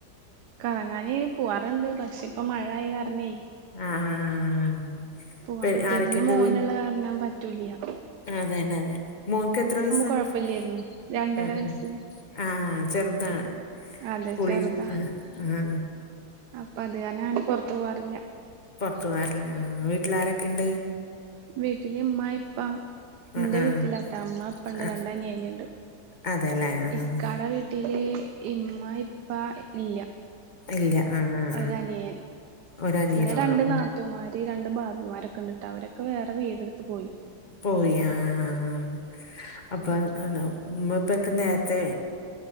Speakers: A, on the right; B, on the left.
A: കറങ്ങാന്പോവാറുണ്ട്പക്ഷെ ഇപ്പ മഴ ആായകാരണേ
B: ആഹ് ആഹ്
A: പോവാൻപറ്റില്ലപിന്നെമോനുള്ള
B: പി ആരൊക്കെയുണ്ട്
A: കാരണൻ പറ്റൂല്ല്യ
B: അതന്നെതെന്നെമോൻക്കെത്ര വയസാണ്ഉംഉം
A: കൊഴപ്പില്ലായിരുന്നു രണ്ടര വയസ്സ്
B: ആഹ്ചെറുതാണ്
A: അതെ
B: സ്കൂളിആഅപ്പൊ
A: ചെറുതാ അപ്പൊ അത് കാരണം അങ്ങനെ പുറത്തു പോവാറില്ല
B: പൊർത്ത്പോകറില്ലആഹ് വീട്ടിലാരൊക്കെണ്ട്
A: വീട്ടില്ഇമ്മഇപ്പഇന്റെവീട്ടിലാട്ടാ
B: ആഹ് ആഹ്
A: ഇമ്മഇപ്പണ്ട്
B: ആഹ്
A: രണ്ടനിയനുണ്ട്
B: അതെല്ലേ ആഹ്
A: ഇക്കാടെവീട്ടില്ഇമ്മഇപ്പഇല്ല്യ
B: ആഹ് ഇല്ല ആഹ് ആഹ്
A: ഒരനിയൻപിന്നെരണ്ട്നാത്തൂമാര്
B: ആഹ് ഒരനിയനേ ഉള്ളൂ ഉം
A: ഈരണ്ട്ഭാബിമാരൊക്കെണ്ടിട്ടാ അവരൊക്കെവേറെവീടെടുത്ത് പോയി
B: പോയിആ്ഹ് ആഹ് അ അപ്പആണോഇമ്മാപ്പാക്കെനേരെത്തെ